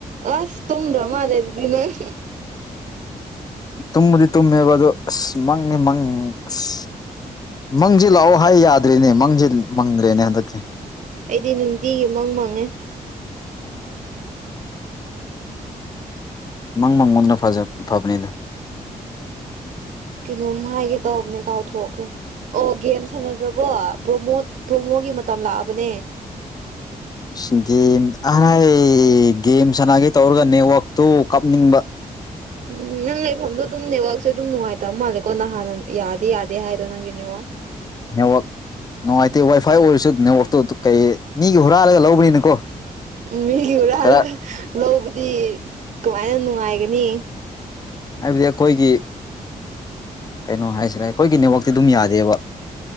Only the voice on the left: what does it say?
ꯇꯨꯝꯃꯗꯤ ꯇꯨꯝꯃꯦꯕ ꯑ ꯑꯗꯨꯣ ꯑꯁ ꯃꯪꯉꯤ ꯃꯪ ꯑꯁ ꯃꯪꯁꯤ ꯂꯥꯛꯑꯣ ꯍꯥꯏ ꯌꯥꯗ꯭ꯔꯦꯅꯦ ꯃꯪꯁꯤ ꯃꯪꯗ꯭ꯔꯦꯅꯦ ꯍꯟꯗꯛꯀꯤ
ꯃꯪ ꯃꯪꯉꯣꯟꯗ ꯐꯖ ꯐꯕꯅꯤꯗ
<inaudible> ꯒꯦꯝ ꯑꯔꯥꯏ ꯒꯦꯝ ꯁꯅꯒꯦ ꯇꯧꯔꯒ ꯅꯦꯠꯋꯥꯛꯇꯨ ꯀꯥꯞꯅꯤꯡꯕ
ꯅꯦꯠꯋꯥꯛ ꯅꯨꯡꯉꯥꯏꯇꯦ ꯋꯥꯏꯐꯥꯏ ꯑꯣꯏꯔꯁꯨ ꯅꯦꯠꯋꯥꯛꯇꯨ ꯀꯩ ꯃꯤꯒꯤ ꯍꯨꯔꯥꯜꯂꯒ ꯂꯧꯕꯅꯤꯅꯀꯣ
ꯈꯔ
ꯍꯥꯏꯕꯗꯤ ꯑꯩꯈꯣꯏꯒꯤ ꯀꯩꯅꯣ ꯍꯥꯏꯁꯤꯔꯦ ꯑꯩꯈꯣꯏꯒꯤ ꯅꯦꯠꯋꯥꯛꯇꯤ ꯑꯗꯨꯝ ꯌꯥꯗꯦꯕ